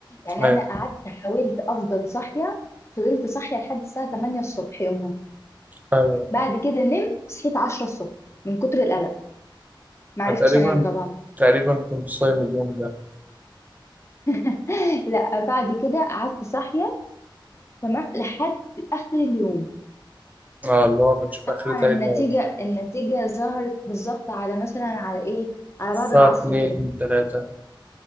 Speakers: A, on the left; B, on the right.
A: يعني
B: أيوه
A: انا قعدت حاولت افضل صاحية فضلت صاحية لحد الساعة 8 الصبح يومها
B: أيوه
A: بعد كده نمت صحيت 10 الصبح من كتر القلق ما عرفتش
B: أنا تقريبا
A: انام طبعا
B: تقريبا كنت صايم اليوم ده
A: <laughs> لا بعد كده قعدت صاحية تمام لحد آخر اليوم
B: اه اللي هو ما نشوف
A: طبعا
B: آخرتها
A: النتيجة
B: ايه النهاردة
A: النتيجة ظهرت بالظبط على مثلا على إيه على
B: الساعة
A: بعد العصر
B: اتنين
A: كده
B: تلاتة